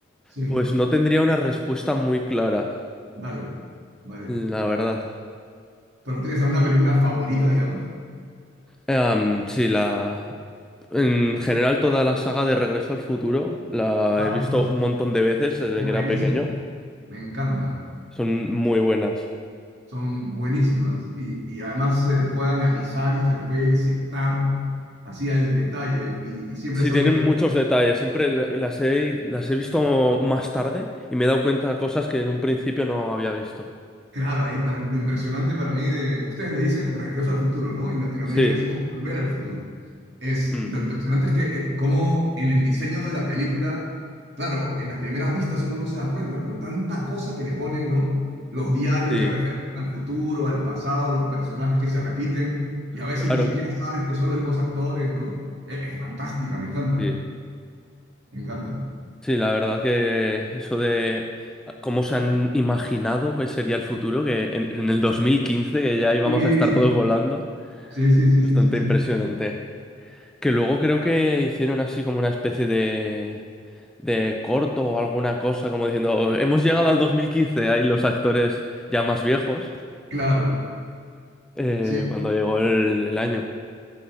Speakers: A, on the right (about 60°); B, in the centre.
A: sí,
B: pues no tendría una respuesta muy clara,
A: vale, vale.
B: la verdad.
A: ¿Pero tienes alguna película favorita, digamos?
B: Em, sí, la... En general, toda la saga de Regreso al Futuro la
A: Ah,
B: he visto
A: pues,
B: un montón de veces desde
A: buenísimo.
B: que era pequeño.
A: Me encanta.
B: Son muy buenas.
A: Son buenísimas. Y, y además se les puede analizar y se les puede disectar así al detalle. Y, y siempre
B: Sí,
A: saben
B: tienen
A: detalles
B: muchos detalles. Siempre le- las he, las he visto más tarde y me he dado cuenta de cosas que en un principio no había visto.
A: Claro, ahí para- lo impresionante para mí de, ustedes le dicen regreso al futuro, ¿no? En Latinoamérica
B: Sí,
A: le decimos volver al futuro. Es,
B: mm,
A: lo impresionante es que es como en el diseño de la película, claro, en las primeras vistas uno no se da cuenta, pero tanta cosa que le ponen, ¿no? Los diarios
B: sí,
A: que referencian al futuro, al pasado, los personajes que se repiten y a veces
B: claro
A: ni siquiera
B: que
A: sabes que son los mismos actores, ¿no? Es, es fantástica, me encanta,
B: sí.
A: me encanta.
B: Sí, la verdad que eso de ah, cómo se han imaginado que sería el futuro, que en, en el 2015, que ya íbamos
A: Sí,
B: a estar todos volando,
A: sí, sí, sí,
B: bastante
A: sí, sí.
B: impresionante. Que luego creo que hicieron así como una especie de, de corto o alguna cosa, como diciendo, hemos llegado al 2015 ahí los actores ya más viejos,
A: Claro.
B: eh,
A: sí.
B: cuando llegó el, el año.